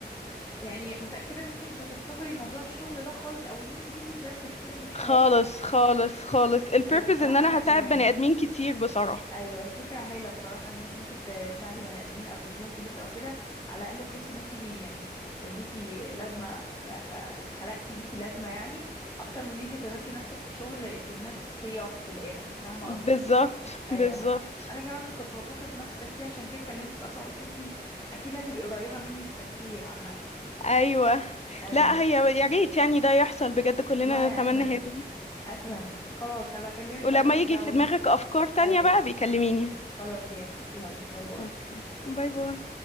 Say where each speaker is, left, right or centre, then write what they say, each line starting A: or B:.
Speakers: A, on the left; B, on the left.
A: يعني متأكدة ان انت مش هتفتقدي موضوع الشغل ده خالص او ان انت ليكي purpose كده في الحياة
B: خالص خالص خالص البيربز
A: ايوه بصراحه
B: ان انا
A: انا كمان
B: هساعد بني ادمين كتير بصراحه
A: ايوه هي فكره هايله بصراحه ان انت ممكن ت- تساعدي بني ادمين او تديهم فلوس او كده على الاقل تحسي ان انت دي يعني ليكي لازمه ك... ك... اتخلقتي ليكي لازمه يعني اكتر من ان انت تركي نفسك في شغل it will not pay off في الاخر فاهمه قصدك
B: بالظبط
A: ايوه
B: بالظبط
A: انا كمان كنت بفكر في نفس التفكير عشان كده كلمتك اصلا قلت انت اكيد هتبقي قريبه مني في التفكير عامه
B: ايوه
A: ايوه
B: لا هي يا ريت يعني ده يحصل بجد كلنا
A: والله
B: نتمنى
A: اتمنى
B: هذا
A: اتمنى خلاص هبقى اكلمك
B: ولما
A: بقى تاني
B: يجي
A: لو
B: في دماغك افكار تانية
A: ايوه
B: بقى بيكلميني
A: خلاص جامد يلا باي باي
B: اوكي باي باي